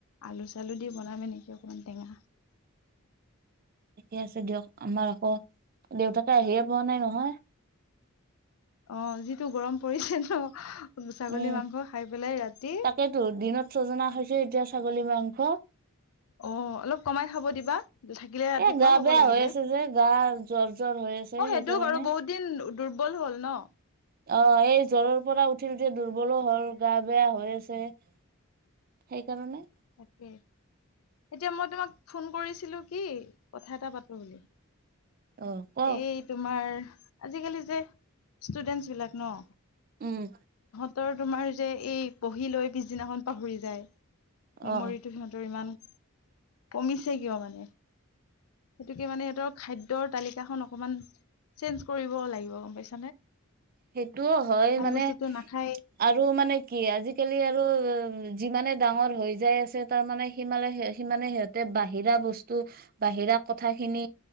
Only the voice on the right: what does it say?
ঠিকে আছে দিয়ক আমাৰ আকৌ দেউতাকে আহিয়ে পোৱা নাই নহয়।
উম,
তাকেইতো দিনত ছজনা খাইছো, এতিয়া ছাগলী মাংস।
এ গা
বেয়া
হৈ আছে যে গা জ্বৰ জ্বৰ হৈ আছে
সেইকাৰণে
অ' এই জ্বৰৰ পৰা উঠি উঠি দুৰ্বলো হ'ল গা বেয়া হৈ আছে। সেইকাৰণে
অ কওক
উম।
অ
সেইটোও হয় মানে,
আৰু মানে কি আজিকালি যিমানে ডাঙৰ হৈ যাই আছে, তাৰ মানে সিমানে সিহঁতে বাহিৰা বস্তু উ বাহিৰা কথা খিনি